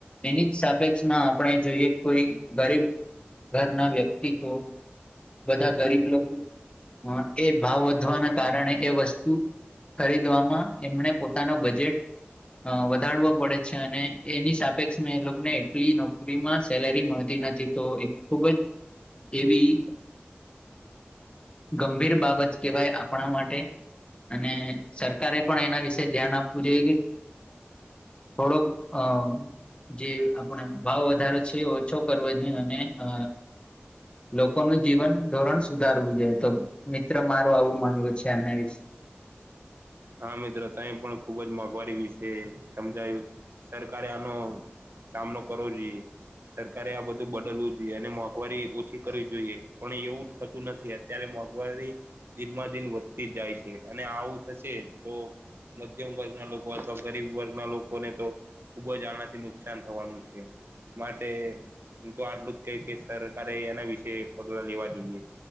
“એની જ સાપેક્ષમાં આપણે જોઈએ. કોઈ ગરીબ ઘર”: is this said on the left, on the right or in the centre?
Left